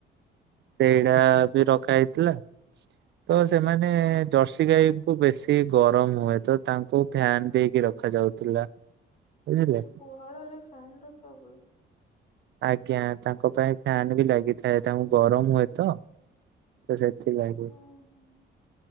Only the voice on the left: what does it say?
ତ ଗୁହାଳରେ ଫ୍ୟାନ୍ ରଖା ହୁଏ।
ଓ ହୋ